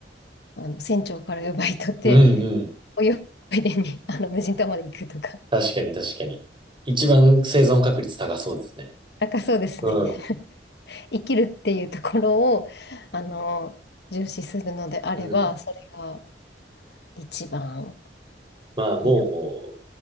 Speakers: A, on the left; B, on the right.
A: あの、船長から奪い取って、
B: うんうん。
A: 泳いでに、あの、無人島まで行くとか。
B: 確かに確かに。一番生存確率高そうですね。
A: なんかそうですね。
B: うん。
A: 生きるっていうところを、あの、重視するのであれば、
B: うん。
A: それが一番。
B: まあも
A: いいのかな
B: う、